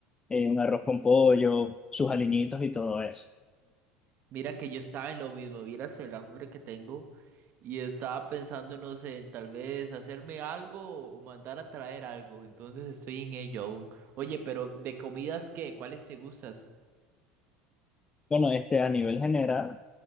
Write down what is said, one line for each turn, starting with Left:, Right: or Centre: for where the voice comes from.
Left: eh, un arroz con pollo, sus aliñitos y todo eso.
Right: Mira que yo estaba en lo mismo, vieras el hambre que tengo y estaba pensando, no sé, en tal vez hacerme algo o mandar a traer algo, entonces estoy en ello aún. Oye, pero de comidas, ¿qué? ¿Cuáles te gustas?
Left: Bueno, este, a nivel general.